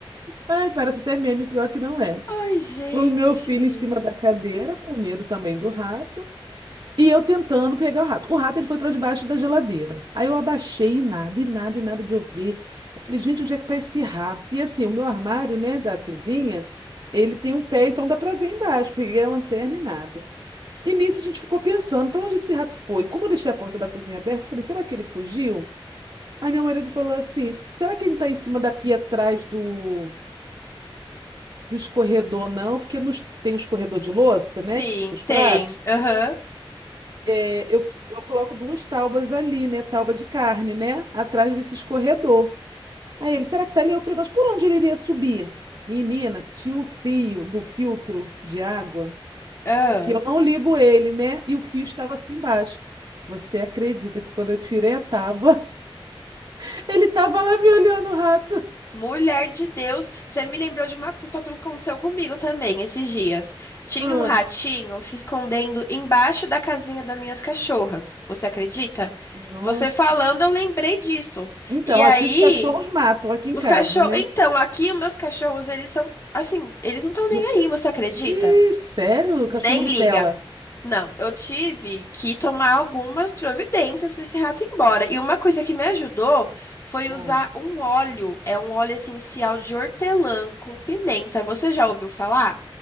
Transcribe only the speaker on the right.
Ai, parece até meme, o pior é que não é.
O meu filho em cima da cadeira, com medo também do rato. E eu tentando pegar o rato. O rato ele foi para debaixo da geladeira. Aí eu abaixei e nada, e nada, e nada de eu ver. Eu falei, gente, onde é que tá esse rato? E assim, o meu armário, né, da cozinha, ele tem um pé, então dá para ver embaixo. Peguei a lanterna e nada. E nisso a gente ficou pensando, para onde esse rato foi? Como eu deixei a porta da cozinha aberta, eu falei, será que ele fugiu? Aí meu marido falou assim, será que ele não tá em cima da pia atrás do, do escorredor, não? Porque nos, tem o escorredor de louça, né,
que fica os pratos.
é, eu, f- eu coloco duas taubas ali, né? Tauba de carne, né? Atrás desse escorredor. Aí ele, será que tá ali? Eu falei, mas por onde ele iria subir? Menina, tinha um fio do filtro de água
que eu não ligo ele, né? E o fio estava assim embaixo. Você acredita que quando eu tirei a tábua, <laughs> ele tava lá me olhando, o rato?
Ah,
Nossa.
Então,
aqui os cachorros matam aqui em
casa,
né?
No-
Ih, sério? Cachorro
Nutella?
Ah,